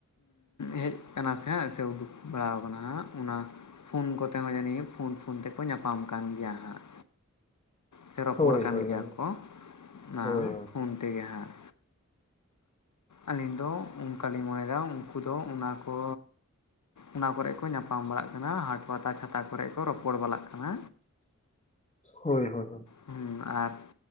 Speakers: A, on the left; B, on the left.
A: ᱦᱮᱡ ᱟᱠᱟᱱᱟ ᱥᱮ ᱦᱮᱸ ᱥᱮ ᱩᱰᱩᱠ ᱵᱟᱲᱟ ᱟᱠᱟᱱᱟ ᱚᱱᱟ ᱯᱷᱳᱱ ᱠᱚᱛᱮ ᱦᱚᱸ ᱡᱟᱹᱱᱤᱡ ᱯᱷᱳᱱ ᱯᱷᱳᱱ ᱛᱮᱠᱚ ᱧᱟᱯᱟᱢ ᱠᱟᱱ ᱜᱮᱭᱟ ᱦᱟᱸᱜ᱾ ᱥᱮ ᱨᱚᱯᱚᱲ
B: ᱦᱳᱭ
A: ᱠᱟᱱ
B: ᱦᱳᱭ
A: ᱜᱮᱭᱟ
B: ᱦᱳᱭ
A: ᱠᱚ ᱚᱱᱟ
B: ᱦᱳᱭ
A: ᱯᱷᱳᱱ ᱛᱮᱜᱮ ᱦᱟᱸᱜ᱾ ᱟᱹᱞᱤᱧ ᱫᱚ ᱚᱱᱠᱟᱞᱤᱧ ᱢᱚᱱᱮᱭᱮᱫᱟ ᱩᱱᱠᱩ ᱫᱚ ᱚᱱᱟ ᱠᱚ ᱚᱱᱟ ᱠᱚᱨᱮ ᱠᱚ ᱧᱟᱯᱟᱢ ᱵᱟᱲᱟᱜ ᱠᱟᱱᱟ ᱦᱟᱴ ᱯᱟᱛᱟ ᱪᱷᱟᱛᱟ ᱠᱚᱨᱮ ᱠᱚ ᱨᱚᱯᱚᱲ ᱵᱟᱲᱟᱜ ᱠᱟᱱᱟ᱾
B: ᱦᱳᱭ ᱦᱳᱭ
A: ᱦᱮᱸ ᱟᱨ